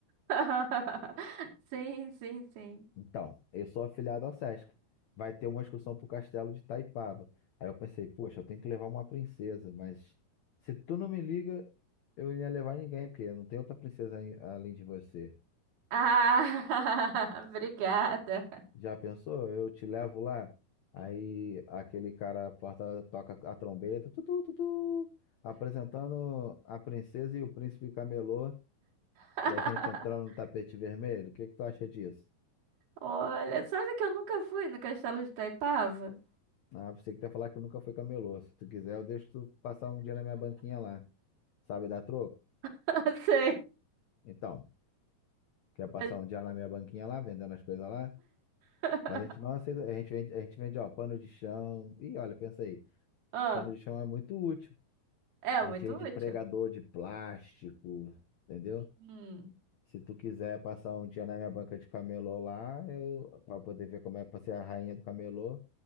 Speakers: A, on the right (about 75°); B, on the left (about 75°).
A: <laughs> Sim, sim, sim.
B: Então, eu sou afiliado ao Sesc. Vai ter uma excursão pro Castelo de Itaipava. Aí eu pensei, poxa, eu tenho que levar uma princesa, mas se tu não me liga, eu ia levar ninguém, porque não tem outra princesa aí além de você.
A: Ah, <laughs> obrigada.
B: Já pensou? Eu te levo lá, aí aquele cara a porta toca a trombeta, tutu, tutu, apresentando a princesa e o príncipe camelô.
A: <laughs>
B: E a gente entrando no tapete vermelho, o que que tu acha disso?
A: Olha, sabe que eu nunca fui no Castelo de Itaipava?
B: Ah, você que tá falar que nunca foi camelô. Se tu quiser, eu deixo tu passar um dia na minha banquinha lá. Sabe dar troco?
A: <laughs> Sei.
B: Então, quer passar
A: mas-
B: um dia na minha banquinha lá, vendendo as coisas lá?
A: <laughs>
B: Mas a gente não aceita, a gente vende, a gente vende, ó, pano de chão. Ih, olha, pensa aí,
A: Ah,
B: pano de chão é muito útil.
A: é
B: A
A: muito
B: gente vende
A: útil.
B: pregador de plástico, entendeu?
A: Hum.
B: Se tu quiser passar um dia na minha banca de camelô lá, eu, pra poder ver como é pra ser a rainha do camelô.